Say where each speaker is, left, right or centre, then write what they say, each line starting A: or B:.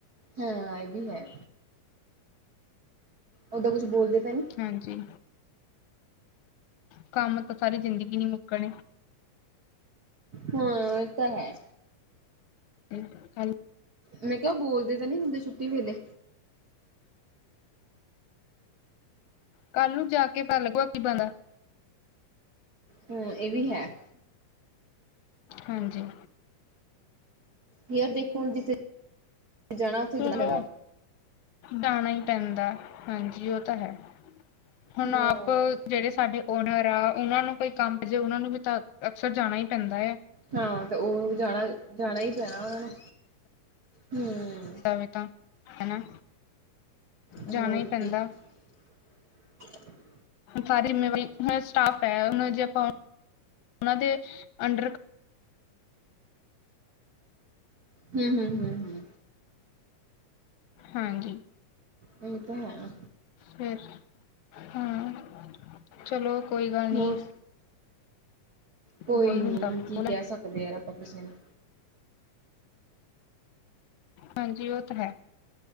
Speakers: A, on the right; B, on the left.
A: ਹਾਂ, ਇਹ ਵੀ ਹੈ। ਓਦਾਂ ਕੁਛ ਬੋਲਦੇ ਤਾਂ ਨੀ?
B: ਹਾਂਜੀ। ਕਾਂਮ ਤਾਂ ਸਾਰੀ ਜ਼ਿੰਦਗੀ ਨੀਂ ਮੁੱਕਣੇ।
A: ਹਾਂ, ਇਹ ਤਾਂ ਹੈ।
B: ਅਤੇ ਕੱਲ <unintelligible>
A: ਮੈਂ ਕਿਹਾ ਉਹ ਬੋਲਦੇ ਤਾਂ ਨੀ ਹੁੰਦੇ, ਛੁੱਟੀ ਵੇਲੇ?
B: ਕੱਲ ਨੂੰ ਜਾ ਕੇ ਪਤਾ ਲੱਗਗਾ ਕੀ ਬਦਾ <unintelligible>
A: ਹਮ, ਇਹ ਵੀ ਹੈ।
B: ਹਾਂਜੀ।
A: ਯੇਅਰ ਦੇਖੋੁਣ ਜਿੱਥੇ <unintelligible> ਜਾਣਾ ਉੱਥੇ
B: ਚਲੋ
A: ਜਾਣਾ ਪੈਣਾ
B: ਜਾਣਾਈ ਪੈਂਦਾ, ਹਾਂਜੀ ਓ ਤਾਂ ਹੈ। ਹੁਨ
A: ਹੂੰ
B: ਆਪ, ਜਿਹੜੇ ਸਾਡੇ ਓਨਰ ਆ, ਓਂਨਾਂ ਨੂੰ ਕੋਈ ਕੰਮ ਜੇ ਓਂਨਾਂ ਨੂੰ ਵੀ ਤਾਂ, ਅਕਸਰ ਜਾਣਾਈ ਪੈਂਦਾ ਐ।
A: ਹਾਂ, ਤੇ ਉਹ ਜਾਣਾ-ਜਾਣਾ ਹੀ ਪੈਣਾ ਉਹਨਾਂ ਨੁੰ। ਹਮ
B: ਜਾਵੇ ਤਾਂ, ਹਨਾ,
A: ਹੂੰ
B: ਜਾਨਾਈ
A: ਹੋਰ
B: ਪੈਂਦਾ।
A: ਕੀ <unintelligible>
B: ਸਾਰੀ ਸਟਾਫ ਹੈ ਜੇ ਆਪਾਂ ਉਹਨਾਂ ਦੇ ਅੰਡ <unintelligible>
A: ਹਮ, ਹਮ, ਹਮ, ਹਮ।
B: ਹਾਂਜੀ।
A: ਇਹ ਤਾਂ ਹੈ।
B: ਫਰ ਹਾਂ, ਚਲੋ ਕੋਈ ਗੱਲ ਨੀ।
A: ਹੋਰ ਕੋਈ
B: ਬੋਲੂ
A: ਨੀ,
B: ਤਾਂ
A: ਕੀ
B: ਬੋਲਣ
A: ਕੈ ਸਕਦੇ ਯਾਰ ਆਪਾਂ ਕਿਸੇ ਨੂੰ।
B: ਹਾਂਜੀ, ਉਹ ਤਾਂ ਹੈ।